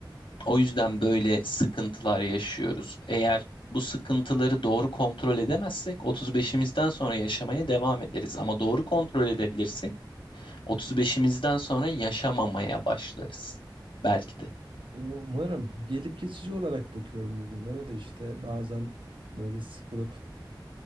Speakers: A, on the left; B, on the right.
A: O yüzden böyle sıkıntılar yaşıyoruz. Eğer bu sıkıntıları doğru kontrol edemezsek 35'imizden sonra yaşamaya devam ederiz. Ama doğru kontrol edebilirsek 35'imizden sonra yaşamamaya başlarız. Belki de.
B: Umarım gelip geçici olarak bakıyorum bugünlere de işte bazen böyle sıkılıp